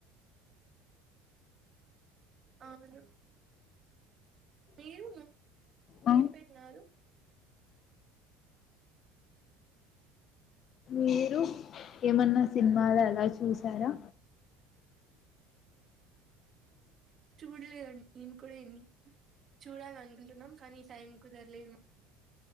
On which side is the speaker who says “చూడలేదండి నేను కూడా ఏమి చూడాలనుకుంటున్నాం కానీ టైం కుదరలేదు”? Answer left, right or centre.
Right